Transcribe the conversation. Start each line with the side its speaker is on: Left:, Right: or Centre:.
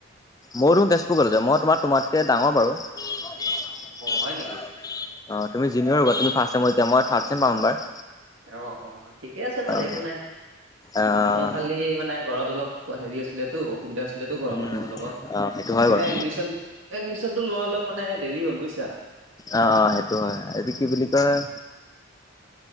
Left: মইতো তেজপুৰ কলেজৰ মই তোমাৰ তোমাতকৈ ডাঙৰ বাৰু অ
Right: হয় নেকি
Left: তুমি জিনিয়ৰ হ'বা তুমি ফাষ্ট চেমত এতিয়া মই থাৰ্ড চেম পাম এইবাৰ।
Right: অ অ ঠিকে আছে বাৰু
Left: অ'
Right: একো নাই।
Left: অ'
Right: মোৰ খালি মানে ঘৰত অলপ পুৱা হেৰি আছিলেতো অসুবিধা আছিলেতো ঘৰৰ
Left: উম,
Right: মানুহৰ লগত
Left: অ' সেইটো
Right: সেইকাৰণে
Left: হয় বাৰু।
Right: এডমিশন এডমিশন টো অলপ মানে দেৰি হল বুইছা
Left: অ অ সেইটো হয় এইটো কি বুলি কয়